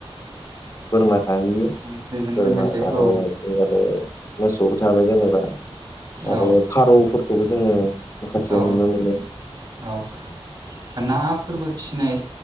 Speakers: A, on the left (about 35°); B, on the right (about 45°).
A: बोरमा थाहैयो
B: हांसोजों
A: बोरमा
B: लोगोसे
A: आरो
B: औ
A: माने मोसौबो थाबाय जेनेबा आरो
B: औ
A: फारौफोरखौबो जोङो माखासेयाव
B: औ
A: नुनो मोनो
B: औ औ ना फोरबो फिनाय